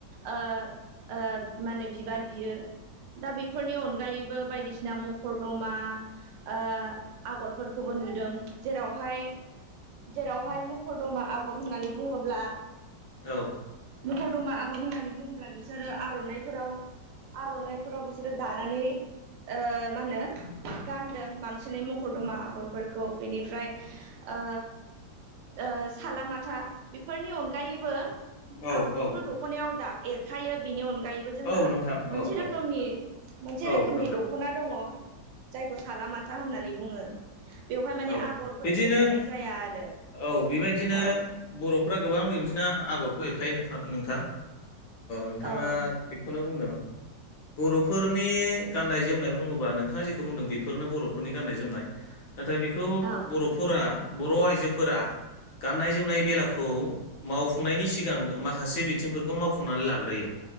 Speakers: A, on the right (about 80°); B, on the left (about 70°).
A: ओ माने बिबार बियो दा बेफोरनि अनगायैबो बायदिसिना मखरदमा ओ आगरफोरखौबो नुदों जेरावहाय जेरावहाय मखरदमा आगर होननानै बुङोब्ला
B: औ
A: मखरदमा आबर होननानै बुङोब्ला बिसोरो आर'नाइफोराव आर'नाइफोराव बिसोरो दानानै ओ मा होनो गानदों बांसिनै मखर दमा आगरफोरखौ बेनिफ्राय ओ ओ सालालामाथा बेफोरनि अनगायैबो
B: औ
A: आगरखौथ'
B: औ
A: दखनायाव दा एरखायो बिनि अनगायैबो जोंहा
B: औ नोंथां
A: मोनसेमनि
B: औ औ
A: मोनसे
B: औ
A: रोखोमनि
B: नोंथां
A: दख'ना दङ जायखौ जों थालामाथा होननानै बुङो बेवहाय माने
B: औ
A: आगरफोरखौ
B: बिदिनो
A: एरनाय जाया आरो
B: औ बेबायदिनो
A: औ
B: बर'फ्रा गोबां बेबायदिनो आगर खायो नोंथां नोंथाङा
A: औ
B: थिगखौनो बुंदों बर' फोरनि गाननाय जोमनाय बुङोबा नोंथाङा जेखौ बुंदों बेफोरनो बर'फोरनि गाननाय जोमनाय नाथाय बेखौ
A: औ
B: बर'फोरा बर' आइजोफोरा गाननाय जोमनाय बेलाखौ मावफुंनायनि सिगां माखासे बिथिंफोरखौ मावफुंनानै लाग्रोयो